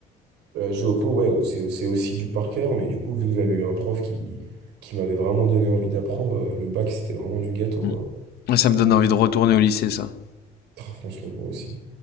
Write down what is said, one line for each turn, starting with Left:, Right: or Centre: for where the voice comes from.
Right: Euh, Géopo, ouais, c'est c'est aussi du par cœur, mais du coup, vu que j'avais eu un prof qui, qui m'avait vraiment donné envie d'apprendre, euh, le bac, c'était vraiment du gâteau,
Left: Mm.
Right: quoi.
Left: Ça me donne envie de retourner au lycée, ça.
Right: Ah, franchement, moi aussi.